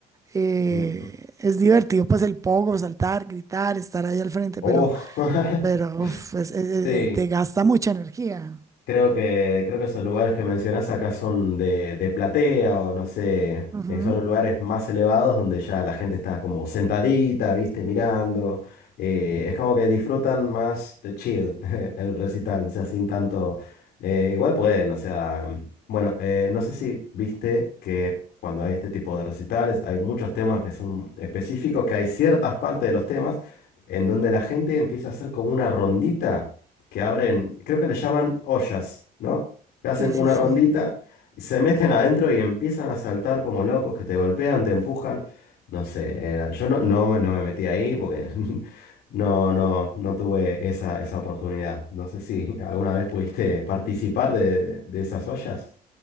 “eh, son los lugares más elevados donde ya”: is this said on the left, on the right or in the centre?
Left